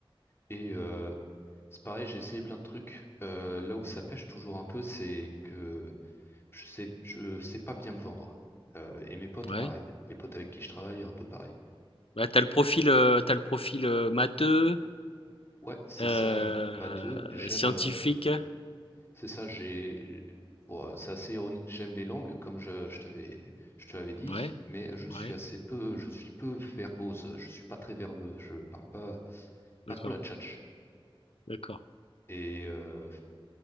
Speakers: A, on the left; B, on the left.
A: Et euh, c'est pareil, j'ai essayé plein de trucs. Euh, là où ça pêche toujours un peu, c'est que je sais je sais pas bien me vendre. Euh, et mes potes,
B: ouais.
A: pareil. Les potes avec qui je travaille, un peu pareil.
B: Bah, t'as le profil, heu, tu le profil, heu, matheux,
A: Ouais, c'est
B: heu,
A: ça, m- matheux. J'aime.
B: scientifique.
A: euh, C'est ça, j'ai. Bon, c'est assez ironique. J'aime les langues, comme je, je t'avais, je te l'avais dit,
B: Ouais,
A: mais je suis
B: ouais,
A: assez peu, je suis peu verbose. Je suis pas très verbeux. Je parle pas, pas
B: d'accord,
A: trop la tchatche.
B: d'accord.
A: Et, euh,